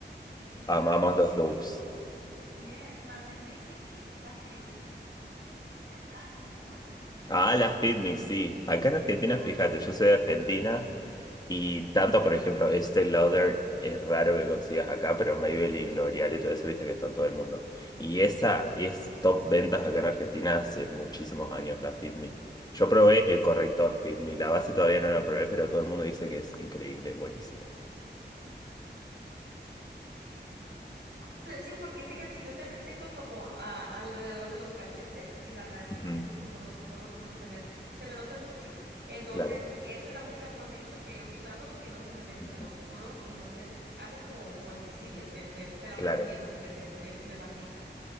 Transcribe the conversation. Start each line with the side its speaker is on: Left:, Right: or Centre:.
Right: es
Left: amamos
Right: la de
Left: los dupes.
Right: May, yes, la de Maybelline, la que dice Fit Me de Matte y Poreless.
Left: Ah, las FitMe, sí. Acá en
Right: Me
Left: Argentina,
Right: encanta,
Left: fíjate, yo
Right: me
Left: soy
Right: fascina.
Left: de Argentina y tanto, por ejemplo, este Lauder es raro que consigas acá, pero Maybelline, L'Oreal y todo eso, viste que está en todo el mundo. Y esa es top ventas acá en Argentina hace muchísimos años, la FitMe. Yo probé el corrector FitMe, la base todavía no la probé, pero todo el mundo dice que es increíble, buenísimo.
Right: Pues Sí, porque fíjate, yo también tengo como a- alrededor de los cachetes y la nariz,
Left: Ujú,
Right: tengo como los poros, como se me, se me notan mucho. Entonces,
Left: Claro,
Right: esa es la única foundation que he usado que no se me meten
Left: ujú,
Right: a los poros y no se hacen como, como invisible. Me, me- te la
Left: claro.
Right: recomiendo, fíjate, me, me fascina.